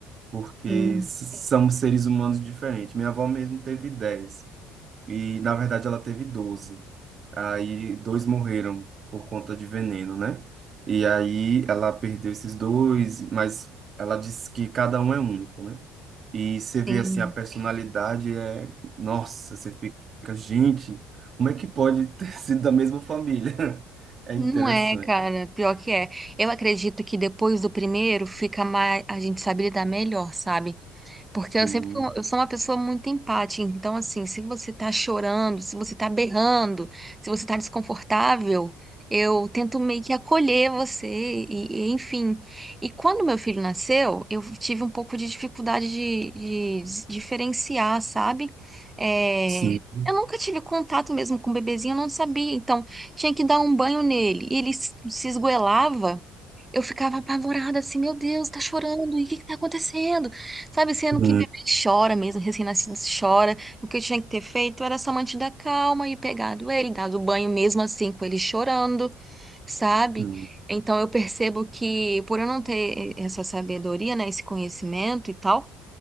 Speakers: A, on the right; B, on the right.
A: Porque
B: sim,
A: s- somos seres humanos diferentes. Minha avó mesmo teve 10. E na verdade ela teve doze Aí dois morreram por conta de veneno, né? E aí ela perdeu esses dois, mas ela disse que cada um é único, né? E você vê
B: sim.
A: assim a personalidade é, nossa, você fica, gente, como é que pode ter <laughs> sido da mesma família? É
B: Não
A: interessante.
B: é, cara, pior que é. Eu acredito que depois do primeiro fica mais, a gente sabe lidar melhor, sabe? Porque
A: Sim,
B: eu sempre fui uma- eu sou uma pessoa muito empática. Então, assim, se você tá chorando, se você tá berrando, se você tá desconfortável, eu tento meio que acolher você, e, e, enfim. E quando meu filho nasceu, eu tive um pouco de dificuldade de, de s- diferenciar, sabe? É,
A: sim.
B: Eu nunca tive contato mesmo com o bebezinho, eu não sabia. Então, tinha que dar um banho nele. E ele s- se esgoelava. Eu ficava apavorada, assim, meu Deus, tá chorando, e o que que tá acontecendo? Sabe, sendo
A: Hum,
B: que bebê chora mesmo, recém-nascido chora. O que eu tinha que ter feito era só mantido a calma e pegado ele, dado banho mesmo assim, com ele chorando, sabe?
A: hum.
B: Então eu percebo que, por eu não ter eh, essa sabedoria, né, esse conhecimento e tal,